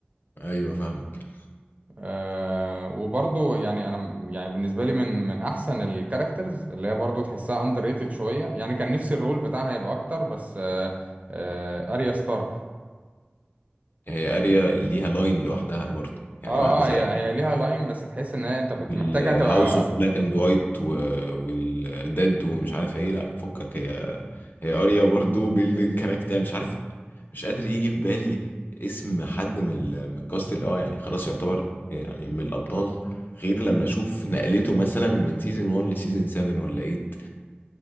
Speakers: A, on the left; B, on the right.
A: ايوه فاهمك
B: آه وبرضو يعني انا م- يعني بالنسبه لي من من احسن الكاركترز اللي هي برضو تحسها اندر ريتد شويه يعني كان نفسي الرول بتاعها يبقى اكتر بس آه آه اريا ستارك
A: هي اريا ليها لاين لوحدها برضه يعني
B: اه
A: واحده زي
B: اه هي هي ليها لاين بس تحس ان هي انت كنت
A: والهاوس
B: محتاجها تبقى
A: اوف بلاك اند وايت والديد ومش عارف ايه لا فكك هي هي اريا برضو بيلد كاركتر مش عارف مش قادر يجي في بالي اسم حد من ال- من الكاست اللي اه يعني خلاص يعتبر يعني من الابطال غير لما اشوف نقلته مثلا من سيزون 1 لسيزون 7 ولا 8